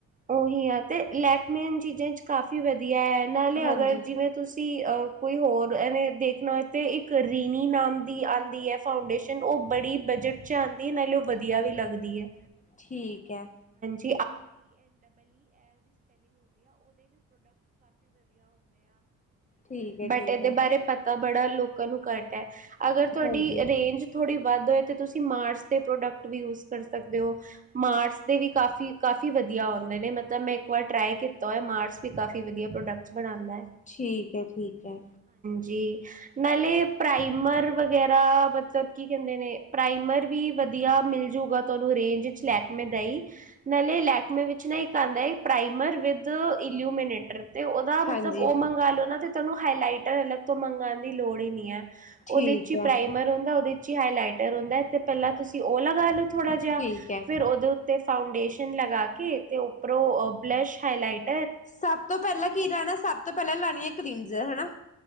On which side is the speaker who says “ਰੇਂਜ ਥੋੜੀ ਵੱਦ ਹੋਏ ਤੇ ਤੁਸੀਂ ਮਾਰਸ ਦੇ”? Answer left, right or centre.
Right